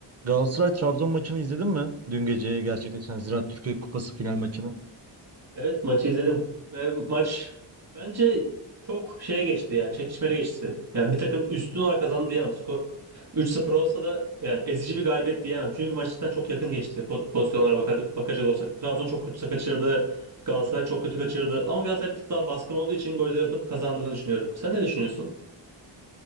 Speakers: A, on the right; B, on the right.
A: Galatasaray Trabzon maçını izledin mi? Dün gece gerçekleşen Ziraat Türkiye Kupası final maçını.
B: Evet maçı izledim ve maç bence çok şeye geçti yani çekişmeli geçti. Yani bir takım üstün olarak kazandı diyemem. Skor 3-0 olsa da yani ezici bir galibiyet diyemem. Çünkü maç cidden çok yakın geçti po- pozisyonlara bakar- bakacak olsak. Trabzon çok kötü kaçırdı. Galatasaray çok kötü kaçırdı. Ama Galatasaray bir tık daha baskın olduğu için golleri atıp kazandığını düşünüyorum. Sen ne düşünüyorsun?